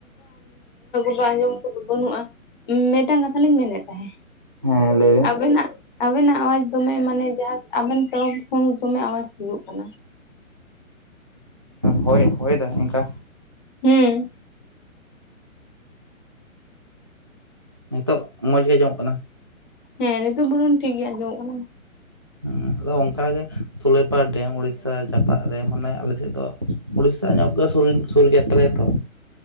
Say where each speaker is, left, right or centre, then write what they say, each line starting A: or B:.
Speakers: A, on the left (about 35°); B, on the right (about 20°).
A: ᱫᱚ ᱟᱸᱡᱚᱢ ᱠᱚᱫᱚ ᱵᱟᱹᱱᱩᱜᱼᱟ ᱢᱤᱫᱴᱟᱝ ᱠᱟᱛᱷᱟ ᱞᱤᱧ ᱢᱮᱱᱮᱫ ᱛᱟᱦᱮᱸᱫ?
B: ᱦᱮᱸ ᱞᱟᱹᱭ ᱢᱮ?
A: ᱟᱵᱮᱱᱟᱜ ᱟᱵᱮᱱᱟᱜ ᱟᱣᱟᱡᱽ ᱫᱚᱢᱮ ᱢᱟᱱᱮ ᱡᱟᱦᱟᱸ ᱟᱵᱮᱱ ᱛᱚᱨᱚᱯ ᱠᱷᱚᱱ ᱫᱚᱢᱮ ᱟᱣᱟᱡᱽ ᱦᱤᱡᱩᱜ ᱠᱟᱱᱟ᱾
B: ᱦᱳᱭ ᱦᱳᱭ ᱫᱟᱭ ᱚᱱᱠᱟ,
A: ᱦᱮᱸ
B: ᱱᱤᱛᱳᱜ ᱢᱚᱡᱽ ᱜᱮ ᱟᱸᱡᱚᱢᱚᱜ ᱠᱟᱱᱟ᱾
A: ᱦᱮᱸ ᱱᱤᱛᱚᱜ ᱵᱚᱨᱚᱱ ᱴᱷᱤᱠ ᱜᱮ ᱟᱸᱡᱚᱢᱚᱜ ᱠᱟᱱᱟ᱾
B: ᱦᱮᱸ ᱟᱫᱚ ᱚᱱᱠᱟ ᱜᱮ ᱥᱩᱞᱮᱯᱟᱨ ᱰᱮᱢ ᱩᱲᱤᱥᱟ ᱡᱟᱯᱟᱜ ᱨᱮ ᱢᱟᱱᱮ ᱟᱞᱮᱥᱮᱫ ᱫᱚ, ᱩᱲᱤᱥᱟ ᱧᱚᱜ ᱜᱮ ᱥᱩᱨ ᱜᱮᱭᱟ ᱛᱟᱞᱮ ᱛᱚ